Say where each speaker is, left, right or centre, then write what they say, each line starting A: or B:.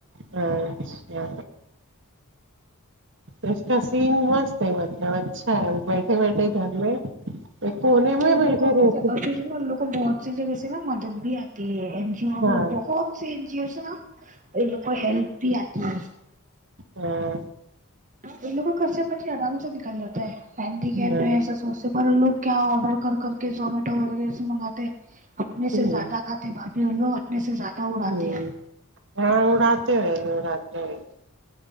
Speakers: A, on the right; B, on the right.
A: ہاں اچھا اس کا سین مست ہے مطلب اچھا ہے وہ بیٹھے بیٹھے گھر میں ایک کونے میں ہی
B: ان
A: بیٹھی
B: لوگ کا ہوتا
A: رہیتی
B: ہے، اور پھر ان لوگوں کو بہت سی جگہ سے نا مدد بھی آتی ہے این جی او
A: ہاں
B: بھی بہت یں جی او سے نا ان کو ہیلپ بھی آتی ہے <unintelligible>
A: ہاں
B: ان لوگوں خرچ پنچھی آرام سے نکل جاتا ہے ہینڈی
A: ہاں
B: کیپ ہے ایسا سوچتے پر ان لوگ کیا آڈر کر کر کے زومیٹو وغیرہ سے منگاتے اپنے
A: ہاں
B: سے زیادہ کھاتے بات لو اپنے سے زیادہ اڑاتے
A: ھمم
B: ہیں
A: ہاں اڑاتے ہہیں اڑاتے ہیں